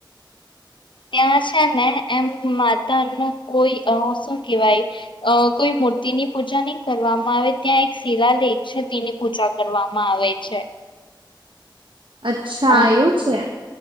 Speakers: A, on the left (about 75°); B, on the right (about 80°).
A: ત્યાં છેને, એમ માતાનુ કોઈ શું કેહેવાય કોઈ મૂર્તિની પૂજા નહી, કરવામાં આવે ત્યાં એક શિલા લેખ છે, તેની પૂજા કરવામાં આવે છે.
B: <inaudible> અચ્છા,
A: અ
B: એવું છે